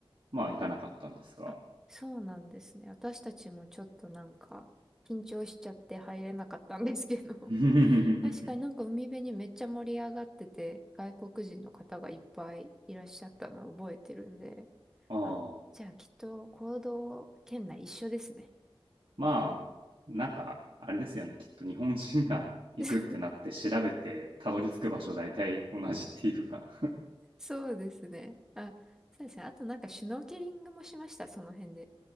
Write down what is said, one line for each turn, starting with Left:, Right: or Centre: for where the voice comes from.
Right: まあ行かなかったんですが。
Centre: あ、そうなんですね。私たちもちょっとなんか、緊張しちゃって入れなかったんですけど。<laughs>
Right: <laughs>
Centre: 確かになんか海辺にめっちゃ盛り上がってて、外国人の方がいっぱいいらっしゃったのを覚えてるんで。
Right: ああ、
Centre: あ、じゃあきっと行動圏内一緒ですね。
Right: まあ、なんかあれですよね。きっと日本人が行くってなって調べてたどり着く場所大体同じっていうか
Centre: <laughs> そうですね。あ、そうですね。あとなんかシュノーケリングもしました、その辺で。